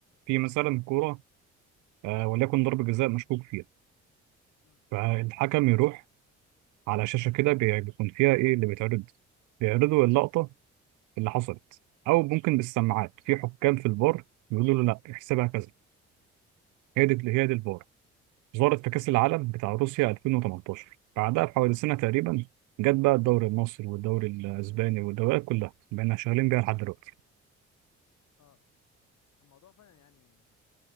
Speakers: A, on the right; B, on the left.
A: في مثلا كورة آه، وليكن ضربة جزاء مشكوك فيها
B: مم.
A: فالحكم يروح على شاشة كده بي- بيكون فيها إيه اللي بيتعرض بيعرضوا اللقطة اللي حصلت أو ممكن بالسماعات في حكام في الفار بيقولوا له لا احسبها كذا هي دي
B: مم.
A: هي دي الفار ظهرت في كأس العالم بتاع روسيا 2018 بعدها بحوالي سنة تقريبا جت بقى الدوري المصري والدوري الأسباني والدوريات كلها بقينا شغالين بيها لحد دلوقتي
B: اه الموضوع فعلا يعني